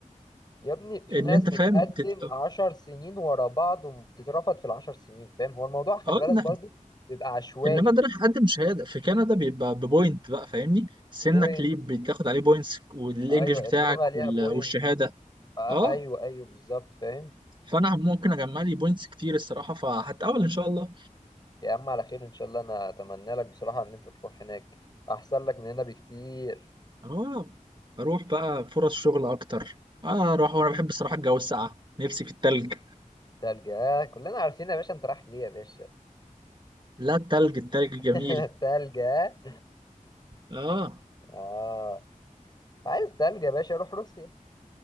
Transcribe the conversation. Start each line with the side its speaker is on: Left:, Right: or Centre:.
Left: يا ابني في
Right: ان
Left: ناس
Right: انت
Left: بتقدم
Right: فاهم تت...
Left: عشر سنين ورا بعض وبتترفض في العشر سنين فاهم هو الموضوع خلي
Right: اه
Left: بالك
Right: إن-
Left: برضو بيبقى عشوائي
Right: انما ده راح اقدم شهاده في كندا بيبقى ببوينت بقى فاهمني سنك
Left: بوينت
Right: ليه بتاخد عليه بوينتس والانجليش
Left: ايوه
Right: بتاعك
Left: اللغة ليها
Right: وال...
Left: بوينت
Right: والشهاده
Left: آ- ايوه
Right: اه
Left: ايوه بالظبط فاهم
Right: فانا ممكن اجمع لي بوينتس كتير الصراحه فهتقابل ان شاء الله
Left: يا عم على خير ان شاء الله انا اتمنى لك بصراحة ان انت تروح هناك احسن لك من هنا بكتير
Right: هو اروح بقى فرص شغل اكتر اه اروح وانا بحب الصراحه الجو الساقع نفسي في التلج
Left: تلجة كلنا عارفين يا باشا انت رايح ليه يا باشا
Right: لا التلج التلج
Left: <laughs>
Right: جميل
Left: تلجة
Right: اه
Left: اه عايز تلجة يا باشا روح روسيا